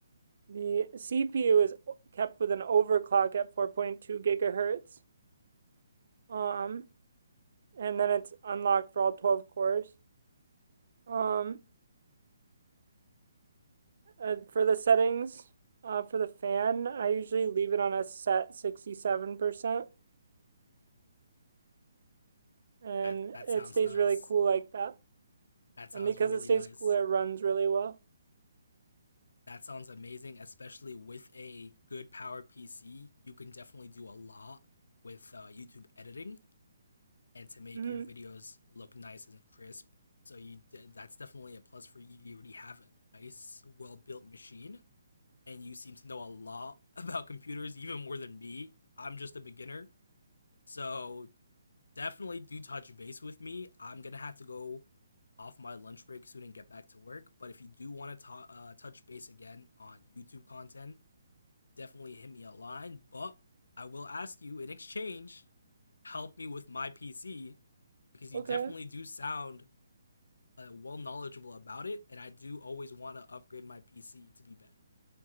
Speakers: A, on the right (about 65°); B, on the left (about 75°).
A: The CPU is kept with an overclock at four point two gigahertz, um, and then it's unlocked for all twelve cores. Um, uh, for the settings, uh, for the fan, I usually leave it on a set sixty-seven percent and
B: That that
A: it
B: sounds
A: stays
B: nice.
A: really cool like that.
B: That sounds
A: And because
B: really
A: it stays
B: nice.
A: cool, it runs really well.
B: That sounds amazing, especially with a good powered PC. You can definitely do a lot with uh, YouTube editing and to make
A: hmm
B: your videos look nice and crisp. So you d- that's definitely a plus for you. You already have a nice, well built machine, and you seem to know a lot <laughs> about computers, even more than me. I'm just a beginner, so definitely do touch base with me. I'm gonna have to go off my lunch break soon and get back to work. But if you do want to uh, touch base again on YouTube content, definitely hit me a line. But I will ask you in exchange, help me with my PC because
A: Okay.
B: you definitely do sound uh, well knowledgeable about it, and I do always want to upgrade my PC to be better.